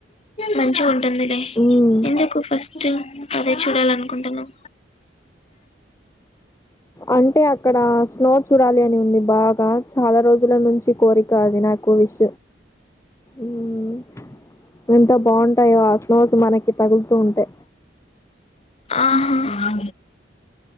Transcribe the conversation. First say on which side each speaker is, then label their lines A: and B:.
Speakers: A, on the left; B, on the left.
A: మంజు అంట తోమిథై
B: ఉమ్,
A: ఎందుకు ఫస్ట్ ఇష్టం అదే చూడాలని అనుకుంటున్నాం
B: అంటే అక్కడ స్నో చూడాలి అని ఉంది బాగా చాలా రోజుల నుంచి కోరిక అది నాకు విష్ ఉమ్ ఎంత బాగుంటాయో అ స్లోస్ మనకి తగులుతూ ఉంటే
A: ఆహా